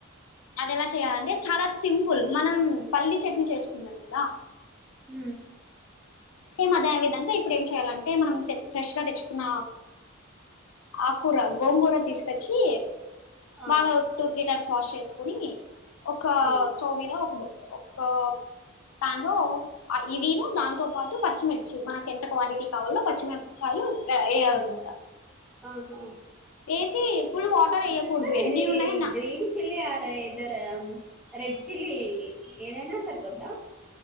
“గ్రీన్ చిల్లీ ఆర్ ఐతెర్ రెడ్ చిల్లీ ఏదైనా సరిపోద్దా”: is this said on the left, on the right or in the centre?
Centre